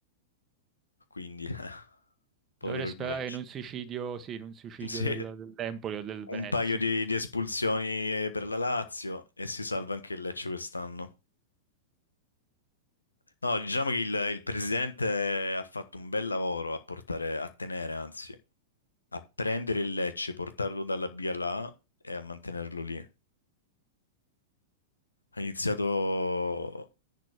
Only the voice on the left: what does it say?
Quindi, <laughs> povero
il mio Lecce.
<laughs> Sì,
un paio di, di espulsioni eh, per la Lazio e si salva anche il Lecce quest'anno. No, diciamo che il, il presidente eh, ha fatto un bel lavoro a portare, a tenere, anzi, a prendere il Lecce, portarlo dalla B alla A e a mantenerlo lì. Ha iniziato,